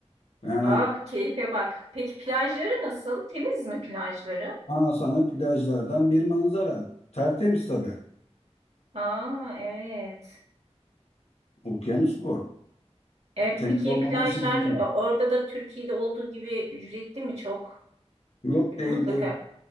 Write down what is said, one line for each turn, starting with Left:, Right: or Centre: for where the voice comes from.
Left: Yani
Right: Ah keyfe bak. Peki plajları nasıl? Temiz mi plajları?
Left: ha sana plajlardan bir manzara. Tertemiz tabii.
Right: Aa evet.
Left: Okyanus bu.
Right: E,
Left: Temiz
Right: peki
Left: olmaması
Right: plajlar
Left: mümkün.
Right: e, orada da Türkiye'de olduğu gibi ücretli mi çok?
Left: Yok değil
Right: Mutlaka
Left: değil.